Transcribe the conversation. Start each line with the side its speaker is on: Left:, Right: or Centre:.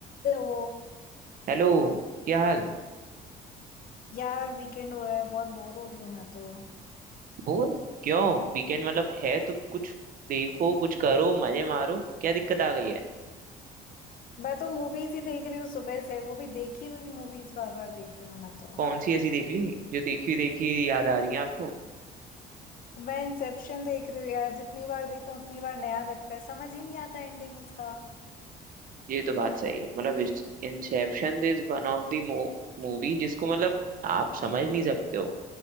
Left: Hello
Right: Hello क्या हाल
Left: यार weekend हो रहा है बहुत बोर हो रही हूँ मैं तो
Right: Bore क्यों वीकेंड मतलब है तो कुछ देखो कुछ करो मजे मारो क्या दिक्कत आ गई है
Left: मैं तो मूवीज ही देख रही हूँ सुबह से वो भी देखी हुई मूवीज बार बार देख रही हूँ मैं तो
Right: कौन सी ऐसी देख ली जो देखी हुई देखी हुई याद आ रही है आपको
Left: मैं इंसेप्शन देख रही हूँ यार जितनी बार देखूं उतनी बार नया लगता है समझ ही नहीं आता एंडिंग उसका
Right: ये तो बात सही है मतलब Inception is one of the movie जिसको मतलब आप समझ नहीं सकते हो